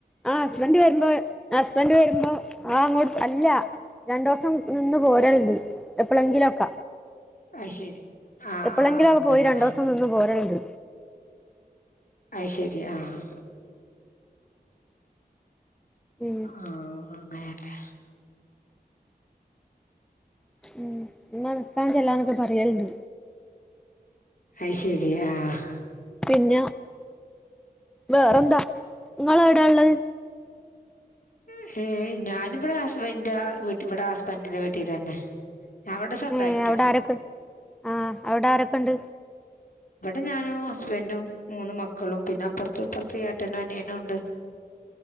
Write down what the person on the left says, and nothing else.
അത് ശരി ആഹ്
ആഹ് ആഹ്
അങ്ങനെ
അഅ്‌ ശെരി ആഹ്.
ആഹ് അങ്ങനെ.
അയ് ശരി ആഹ്.
പക്ഷേ ഞാനിവിടെ ഹസ്ബൻഡിന്റെ ഇവടെ ഹസ്ബൻഡിന്റെ വീട്ടി തന്നെ ഞാൻ ഇവിടെ സ്വന്തമായിട്ടാ
ഇവിടെ ഞാനും ഹസ്ബൻഡും മൂന്ന് മക്കളും പിന്നെ അപ്പുറത്തും ഇപ്പുറത്തും ഏട്ടനും അനിയനും ഉണ്ട്